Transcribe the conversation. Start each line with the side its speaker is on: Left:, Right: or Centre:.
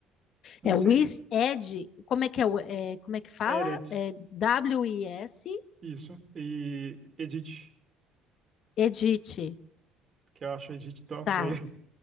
Right: Não
Left: É
Right: sei,
Left: o is ed, como é que é, o- é, como é que fala?
Right: Edit
Left: É W-I-S,
Right: isso, e Edit,
Left: edit.
Right: que eu acho Edit tão
Left: Tá.
Right: feio.